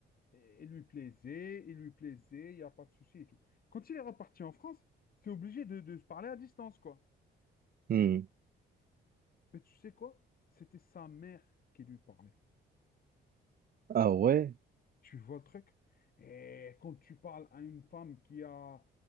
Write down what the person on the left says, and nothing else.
Et il lui plaisait, il lui plaisait, il n'y a pas de souci et tout. Quand il est reparti en France, c'est obligé de, de se parler à distance, quoi.
Mais tu sais quoi? C'était sa mère qui lui parlait.
Tu vois le truc? Et quand tu parles à une femme qui a